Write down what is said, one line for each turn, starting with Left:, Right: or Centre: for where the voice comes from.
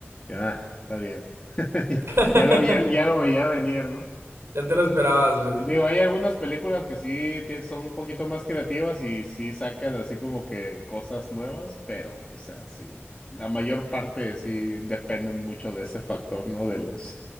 Left: Ah, está bien. <laughs>
Right: <laughs>
Left: Ya lo, ya, ya lo veía venir, ¿no?
Right: Ya te lo esperabas, pues.
Left: Digo, hay algunas películas que sí tien- son un poquito más creativas y sí sacan así como que cosas nuevas, pero, o sea, sí, la mayor parte sí dependen mucho de ese factor, ¿no? De los,